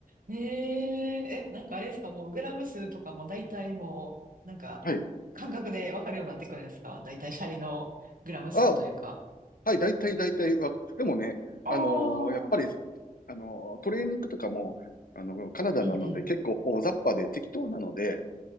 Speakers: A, on the right (about 65°); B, on the left (about 70°).
A: えええ、なんかあれですか、もうグラム数とかも大体もう、なんか感覚でわかるようになってくるんですか大体シャリのグラム数というか。
B: はい。あ、はい、大体、大体わか、でもね、
A: ああ、
B: あのーやっぱり、
A: うん
B: あのートレーニングとかも、あの、カナダなので結構大雑把で適当なので、
A: うん。